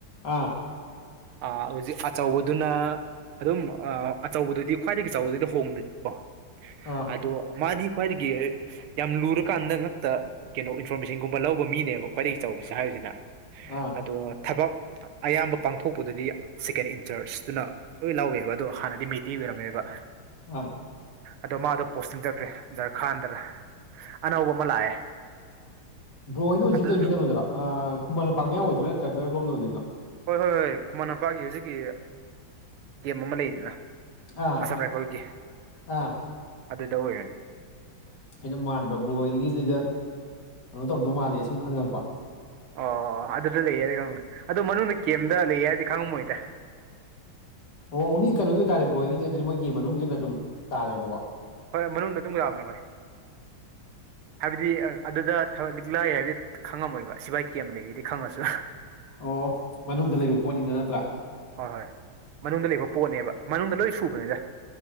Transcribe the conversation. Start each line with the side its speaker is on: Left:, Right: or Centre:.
Left: ꯑꯥ
Right: ꯑ ꯍꯧꯖꯤꯛ ꯑꯆꯧꯕꯗꯨꯅ ꯑꯗꯨꯝ ꯑꯆꯧꯕꯗꯨꯗꯤ ꯈ꯭ꯋꯥꯏꯗꯒꯤ ꯑꯆꯧꯕꯗꯨꯗꯤ ꯍꯣꯡꯗꯣꯏꯀꯣ
Left: ꯑꯥ
Right: ꯑꯗꯣ ꯃꯥꯗꯤ ꯈ꯭ꯋꯥꯏꯗꯒꯤ ꯌꯥꯝ ꯂꯨꯔꯀꯥꯟꯗ ꯉꯥꯛꯇ ꯀꯩꯅꯣ ꯏꯟꯐꯣꯔꯃꯦꯁꯟꯒꯨꯝꯕ ꯂꯧꯕ ꯃꯤꯅꯦꯕ ꯈ꯭ꯋꯥꯏꯗꯒꯤ ꯆꯥꯎꯁꯦ ꯍꯥꯏꯕꯁꯤꯅ
Left: ꯑꯥ
Right: ꯑꯗꯣ ꯊꯕꯛ ꯑꯌꯥꯝꯕ ꯄꯥꯡꯊꯣꯛꯄꯗꯗꯤ ꯁꯦꯀꯦꯟ ꯏꯟꯆꯔꯁꯇꯨꯅ ꯂꯣꯏ ꯂꯧꯥꯎꯋꯦꯕ ꯑꯗꯣ ꯍꯥꯟꯅꯗꯤ ꯃꯩꯇꯩ ꯑꯣꯏꯔꯝꯃꯦꯕ
Left: ꯑ
Right: ꯑꯗꯣ ꯃꯥꯗꯣ ꯄꯣꯁ ꯇꯤꯡꯖꯈ꯭ꯔꯦ ꯖꯥꯔ ꯈꯥꯟꯗꯔ ꯑꯅꯧꯕ ꯑꯃ ꯂꯥꯛꯑꯦ
Left: ꯕ꯭ꯔꯣ ꯑꯩꯅ ꯍꯧꯖꯤꯛ
Right: ꯑꯗꯨ
Left: ꯇꯧꯔꯤꯁꯦ ꯀꯩꯅꯣꯗꯔꯣ ꯈꯨꯃꯟ ꯂꯝꯄꯥꯛ ꯃꯌꯥꯎ ꯑꯣꯏꯗꯣꯏꯔ ꯅꯠꯇ꯭ꯔꯒ ꯀꯣꯝꯗ ꯑꯣꯏꯗꯣꯏꯅꯣ
Right: ꯍꯣꯏ ꯍꯣꯏ ꯍꯣꯏ ꯈꯨꯃꯟ ꯂꯝꯄꯥꯛꯒꯤ ꯍꯧꯖꯤꯛꯀꯤ ꯀꯦꯝ ꯑꯃ ꯂꯩꯗꯅ
Left: ꯑꯥ
Right: ꯑꯁꯥꯝ ꯔꯥꯏꯐꯜꯒꯤ
Left: ꯑꯥ
Right: ꯑꯗꯨꯗ ꯑꯣꯏꯔꯅꯤ
Left: ꯑꯩꯅ ꯃꯥꯟꯕ ꯕꯣꯏꯒꯤꯗꯨꯗ ꯀꯩꯅꯣ ꯇꯧꯗꯧ ꯃꯥꯜꯂꯦ ꯁꯨꯝ ꯈꯪꯉꯛꯄ
Right: ꯑꯣ ꯑꯗꯨꯗ ꯂꯩꯌꯦꯔ ꯈꯪꯉꯦ ꯑꯗꯣ ꯃꯅꯨꯡꯗ ꯀꯦꯝꯗ ꯂꯩꯌꯦꯦ ꯍꯥꯏꯔꯗꯤ ꯈꯪꯉꯝꯃꯣꯏꯗ
Left: ꯑꯣ ꯑꯣꯡꯂꯤ ꯀꯩꯅꯣꯒꯤ ꯑꯣꯏꯇꯥꯥꯔꯦ ꯕ꯭ꯔꯣꯏꯒꯤꯁꯦ ꯑꯗꯨꯗꯤ ꯃꯣꯏꯒꯤ ꯃꯅꯨꯡꯁꯤꯅ ꯑꯗꯨꯝ ꯇꯥꯔꯦꯕꯀꯣ
Right: ꯍꯣꯏ ꯃꯅꯨꯡꯗ ꯑꯗꯨꯝ ꯌꯥꯥꯕꯅꯦ ꯍꯣꯏ ꯍꯥꯏꯕꯗꯤ ꯑꯗꯨꯗꯕꯛ ꯂꯤꯛꯂꯥꯏ ꯍꯥꯏꯕꯗꯤ ꯈꯪꯉꯝꯃꯣꯏꯕ ꯁꯤꯐꯥꯏ ꯀꯦꯝ ꯂꯩꯔꯤꯗꯤ ꯈꯪꯉꯁꯨ
Left: ꯑꯣ ꯃꯅꯨꯡꯗ ꯂꯩꯕ ꯄꯣꯠꯅꯤꯅ ꯅꯠꯇ꯭ꯔꯥ
Right: ꯍꯣꯏ ꯍꯣꯏ ꯃꯅꯨꯡꯗ ꯂꯩꯕ ꯄꯣꯠꯅꯦꯕ ꯃꯅꯨꯡꯗ ꯂꯣꯏ ꯁꯨꯕꯅꯤꯗ